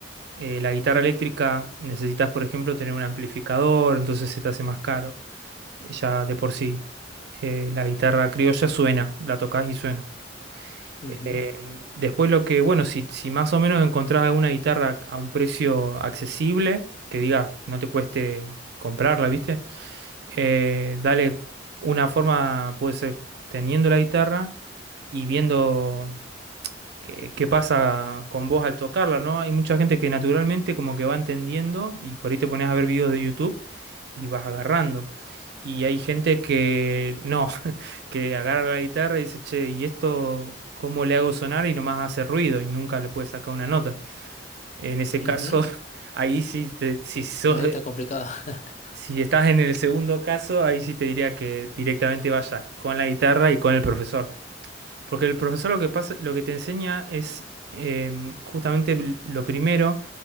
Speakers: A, on the right; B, on the left.
A: Eh, la guitarra eléctrica necesitas, por ejemplo, tener un amplificador, entonces se te hace más caro ya de por sí. Eh, la guitarra criolla suena, la tocas y suena.
B: Ujú,
A: Eh, después lo que, bueno, si, si más o menos encontrás alguna guitarra a un precio accesible, que diga, no te cueste comprarla, ¿viste? Eh, dale una forma, puede ser teniendo la guitarra y viendo que, que pasa con vos al tocarla, ¿no? Hay mucha gente que naturalmente como que va entendiendo y por ahí te pones a ver videos de YouTube y vas agarrando. Y hay gente que no, <laughs> que agarra la guitarra y dice, che, ¿y esto cómo le hago sonar? Y nomás hace ruido y nunca le puede sacar una nota. En ese
B: ujú.
A: caso, <laughs> ahí sí, te- si sos,
B: Ahí está complicado. <laughs>
A: si estás en el segundo caso, ahí sí te diría que directamente vayas con la guitarra y con el profesor. Porque el profesor lo que pasa, lo que te enseña es em, justamente l- lo primero